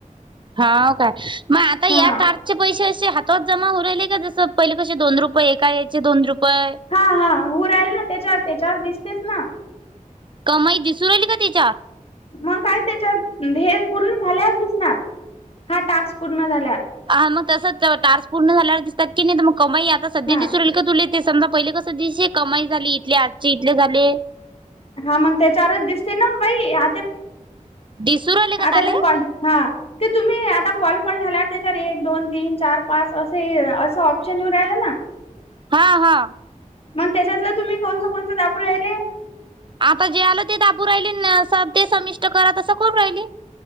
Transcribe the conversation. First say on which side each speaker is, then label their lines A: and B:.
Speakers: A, on the right (about 35°); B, on the left (about 45°).
A: हाव काय? मग आता या
B: हा
A: तार चे पैसे असे हातात जमा होऊ राहिले का? जसं पहिले कसे दोन रुपये एका यायचे दोन रुपये?
B: हा हा होऊ राहिलना त्याच्या त्याच्यावर दिसतेच ना.
A: कमाई दिसू राहिली का त्याच्या?
B: मग काय त्याच्यावर हे पूर्ण झाल्यावच दिसणार, हा टास्क पूर्ण झाल्यावर.
A: हा मग तसच टार्स पूर्ण झाल्यावर दिस त्यात की नाही तर मग कमाई आता सध्या
B: हा
A: दिसू राहिली का तुले ते समजा पहिले कसं दिसे कमाई झाली? इथली आजचे इथले झाले.
B: हा मग त्याच्यावरच दिसते ना बाई <unintelligible>
A: दिसू राहिले का
B: आता
A: ताले
B: ठेव कॉल हां. ते तुम्ही आता कॉल कट झाल्यावर त्याच्यावर एक दोन तीन चार पाच असे असं ऑप्शन येऊ राहिलं ना.
A: हा हा
B: मग त्याच्यातलं तुम्ही कोणचं कोणतं दाबू राहिले?
A: आता जे आलं ते दाबू राहिले न ते समिष्ट करा तसं सबमीष्ट करू राहिले.